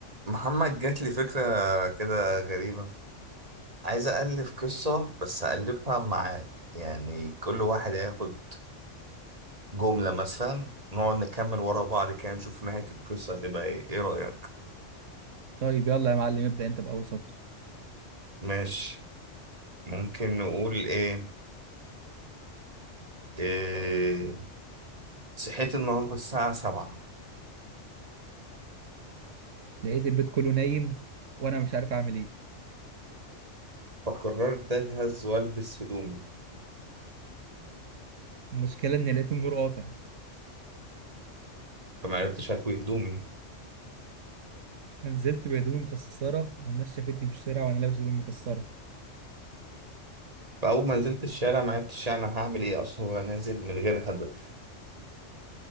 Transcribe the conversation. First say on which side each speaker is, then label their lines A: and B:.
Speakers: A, on the right; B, on the right.
A: محمد جات لي فكرة كده غريبة عايز ألف قصة بس ألفها معاك يعني كل واحد هياخد جملة مثلا نقعد نكمل ورا بعض كده نشوف نهاية القصة هتبقى إيه إيه رأيك؟
B: طيب يلا يا معلم ابدأ انت بأول سطر
A: ماشي ممكن نقول إيه؟ إيه صحيت النهاردة الساعة سبعة
B: لقيت البيت كله نايم وانا مش عارف اعمل ايه
A: فقررت أجهز وألبس هدومي
B: المشكلة اني لقيت النور قاطع
A: فما عرفتش أكوي هدومي
B: فنزلت بهدومي مكسرة والناس شافتني في الشارع وانا لابس هدوم مكسرة
A: فأول ما نزلت الشارع ما عرفتش أنا هعمل إيه أصلا وأنا نازل من غير هدف